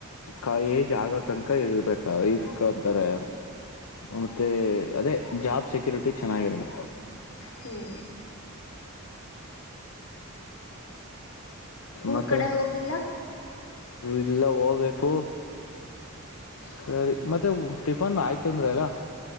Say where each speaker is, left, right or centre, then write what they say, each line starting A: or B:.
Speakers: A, on the left; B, on the left.
A: ಕ ಏಜ್ ಆಗೋ ತನಕ ಇರಬೇಕು ಇಕಂತಾರೆ ಮತ್ತು ಅದೇ ಜಾಬ್ ಸೆಕ್ಯುರಿಟಿ ಚೆನ್ನಾಗಿರದ
B: ಹ್ಮ್ ಊರ್
A: ಮತ್ತೆ
B: ಕಡೆ ಹೋಗಿಲ್ಲ
A: ಇಲ್ಲ ಹೋಗ್ಬೇಕು ಸರಿ ಮತ್ತೆ ಟಿಫನ್ ಆಯ್ತು ಅಂದ್ರ ಅಲ್ಲ